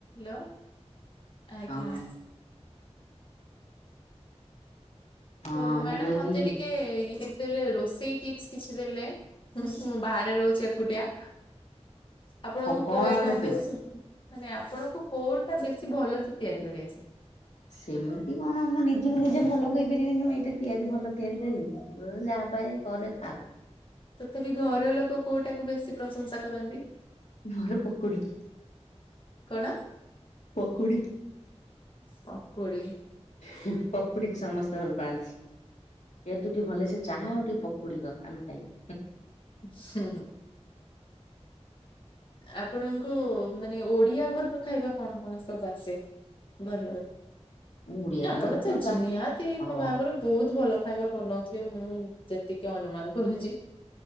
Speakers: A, on the left; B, on the left.
A: ହ୍ୟାଲୋ ଆଜ୍ଞା।
B: ହଁ ହଁ
A: ହ ମ୍ୟାଡ଼ାାମ
B: ମୁଁ କହିଲି
A: ମତେ ଟିକେ ଇ ଦେଲେ ରୋଷେଇ ଟିପ୍ସ କିଛି ଦେଲେ ମୁଁ ବାହାରେ ରହୁଛି ଏକୁଟିଆ। ଆପଣଙ୍କୁ
B: ହଁ କଣ
A: କୋଉ ଆଇଟମ୍
B: ନେବେ?
A: ବେଶି ମାନେ ଆପଣଙ୍କୁ କୋଉଟା ବେଶୀ ଭଲସେ ତିଆରି କରି ଆସେ?
B: ସେମିତି କଣ ମୁଁ ନିଜକୁ ନିଜେ ଭଲ କହିପାରିବିନି ମୁଁ ଏଇଟା ତିଆରି ଭଲ ତିଆରି କରିବି। ଯାହା ପାଏ କରେ ଖାଉ।
A: ତଥାପି ଘର ଲୋକ କୋଉଟା କୁ ବେଶୀ ପ୍ରଶଂସା କରନ୍ତି?
B: ଘରେ ପକୁଡି।
A: କଣ?
B: ପକୁଡ଼ି।
A: ପକୁଡ଼ି।
B: ହୁଁ ପ ପକୁଡି଼ କି ସମସ୍ତେ ଭଲ ପାଆନ୍ତି। ଏ ତୁ ଟିକେ ଭଲ ସେ ଚାହା ଆଉ ଟିକେ ପକୁଡି଼ କର ଆମେ ଖାଇବୁ।
A: ସେ ଆପଣଙ୍କୁ ମାନେ ଓଡିଆ ଘରର ଖାଇବା କଣ କଣ ସବୁ ଆସେ? ବଲଲ
B: ମୁଁ ଓଡିଆ
A: ଆପଣ
B: ଘର
A: ତ
B: ଯା
A: ଜିିନିୟାତି
B: ହଁ।
A: ବାବର ବହୁତ୍ ଭଲ ଖାଇବା ବନଉଥିବେ ମୁଁ ଯେତିକି ଅନୁମାନ କରୁଚି।